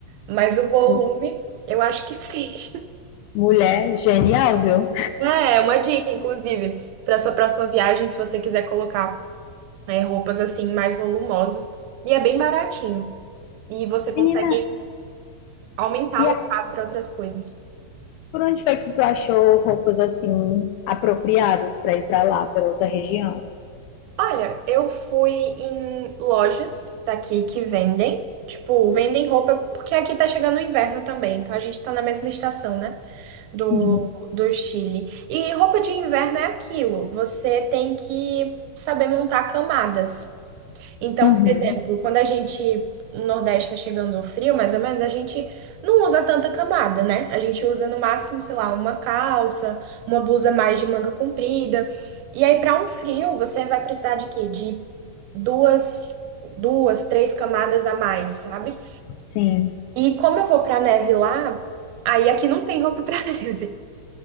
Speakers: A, on the right; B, on the left.
A: mas o volume
B: mu-
A: eu acho que sim. <laughs>
B: mulher genial, viu?
A: É, é uma dica, inclusive, para sua próxima viagem, se você quiser colocar, é, roupas assim mais volumosas. E é bem baratinho. E você consegue
B: Menina,
A: aumentar
B: e
A: o
B: aí,
A: espaço para outras coisas.
B: por onde foi que tu achou roupas assim apropriadas pra ir pra lá, pra outra região?
A: Olha, eu fui em lojas daqui que vendem, tipo, vendem roupa, porque aqui tá chegando o inverno também, então a gente tá na mesma estação, né, do,
B: Uhum.
A: do Chile. E roupa de inverno é aquilo, você tem que saber montar camadas. Então,
B: Uhum,
A: por exemplo, quando a gente, no Nordeste está chegando o frio, mais ou menos, a gente não usa tanta camada, né? A gente usa no máximo, sei lá, uma calça, uma blusa mais de manga comprida. E aí, para um frio, você vai precisar de quê? De duas, duas, três camadas a mais, sabe?
B: sim.
A: E como eu vou pra neve lá, aí aqui não tem roupa pra <laughs> neve.